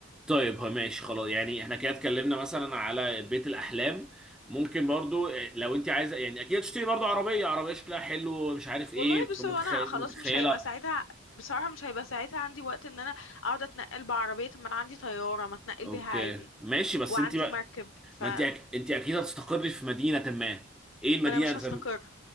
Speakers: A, in the centre; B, on the left.
A: طيب هو ماشي خلاص يعني احنا كده اتكلمنا مثلا على بيت الاحلام ممكن برضو اه، لو انت عايزه يعني اكيد تشتري برضو عربيه عربيه شكلها حلو ومش عارف ايه
B: والله
A: فمتخيل
B: بص هو انا خلاص
A: متخيله
B: مش هيبقى ساعتها بصراحة مش هيبقى ساعتها عندي وقت ان انا اقعد اتنقل بعربية طب ما انا عندي طيارة ما اتنقل
A: اوكي
B: بيها عادي
A: ماشي بس
B: وعندي
A: انت بقى
B: مركب فما
A: ما انت أك... انت اكيد هتستقري في مدينه ما ايه المدينه
B: انا مش هستقر
A: زم...